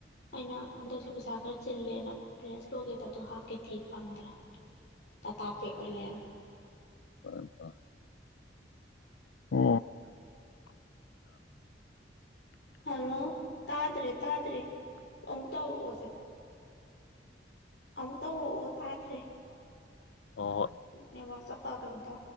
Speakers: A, on the left (about 65°); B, on the left (about 85°).
A: ꯑꯩꯅ ꯍꯟꯗꯛꯁꯦ ꯄꯩꯁꯥ ꯈꯔ ꯆꯤꯜꯂꯦꯅ ꯄ꯭ꯔꯦꯁ ꯂꯣꯀꯦꯠꯇꯗꯣ ꯍꯥꯞꯀꯦ ꯊꯤꯕ ꯐꯪꯗ꯭ꯔꯦ꯫ ꯇꯥꯇꯥꯇꯦꯛ ꯑꯣꯏꯂꯦꯟ
B: ꯐꯔꯦ ꯐꯔ ꯑꯣ
A: ꯍꯜꯂꯣ ꯇꯥꯗ꯭ꯔꯤ ꯇꯥꯗ꯭ꯔꯤ ꯇꯧꯔꯛꯑꯣꯁꯦ ꯑꯃꯨꯛ ꯇꯧꯔꯛꯑꯣ ꯇꯥꯗ꯭ꯔꯦ
B: ꯍꯣꯏ
A: ꯅ ꯋꯥ ꯆꯄ ꯀ꯭ꯔꯝ ꯇ